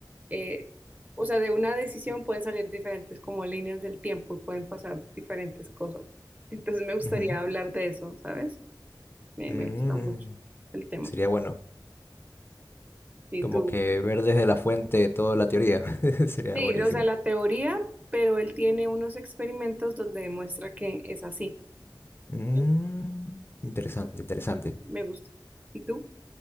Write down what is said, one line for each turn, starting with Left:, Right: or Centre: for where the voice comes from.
Right: eh, o sea, de una decisión pueden salir diferentes como líneas del tiempo y pueden pasar diferentes cosas. Entonces me gustaría
Left: ujú.
Right: hablar de eso, ¿sabes? Me,
Left: Mm,
Right: me gusta mucho el tema.
Left: sería bueno,
Right: Sí,
Left: como
Right: tú.
Left: que ver desde la fuente toda la teoría, <laughs> sería
Right: Sí,
Left: buenísimo.
Right: o sea, la teoría, pero él tiene unos experimentos donde demuestra que es así.
Left: Mm,
Right: Sí.
Left: interesante, interesante.
Right: Me gusta. ¿Y tú?